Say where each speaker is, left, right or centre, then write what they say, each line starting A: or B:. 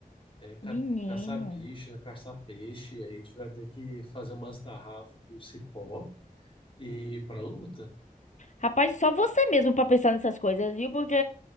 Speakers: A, on the left; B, on the left.
A: É, ca-
B: Menino.
A: caçar bicha, caçar peixe, aí a gente vai ter que fazer umas tarrafas com cipó e ir pra luta.
B: Rapaz, só você mesmo pra pensar nessas coisas, viu? Porque